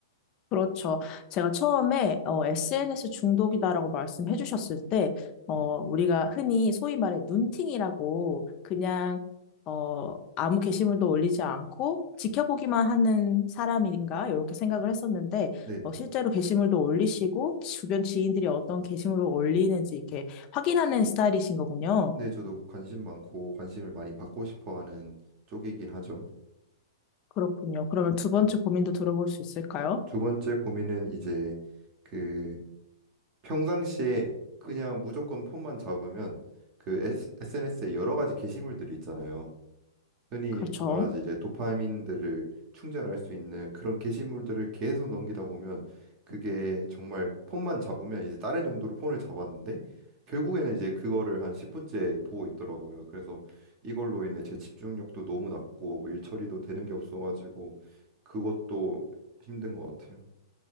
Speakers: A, on the left; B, on the right.
A: 그렇죠. 제가 처음에 어, SNS 중독이다라고 말씀해 주셨을 때, 어,
B: 네.
A: 우리가 흔히 소위 말해 눈팅이라고 그냥 어, 아무 게시물도 올리지 않고 지켜보기만 하는 사람인가 이렇게 생각을 했었는데
B: 네네.
A: 어, 실제로 게시물도 올리시고 주변 지인들이 어떤 게시물을 올리는지 이렇게 확인하는 스타일이신 거군요.
B: 네, 저도 관심 많고 관심을 많이 받고 싶어 하는 쪽이긴 하죠.
A: 그렇군요. 그러면 두 번째 고민도 들어볼 수 있을까요?
B: 두 번째 고민은 이제 그 평상시에 그냥 무조건 폰만 잡으면 그 SNS에 여러 가지 게시물들이 있잖아요. 흔히
A: 그렇죠.
B: 말하지 이제 도파민들을 충전할 수 있는 그런 게시물들을 계속 넘기다 보면 그게 정말 폰만 잡으면 이제 다른 용도로 폰을 잡았는데 결국에는 이제 그거를 한 10분째 보고 있더라고요. 그래서 이걸로 인해 제 집중력도 너무 낮고 뭐 일 처리도 되는 게 없어가지고 그것도 힘든 것 같아요.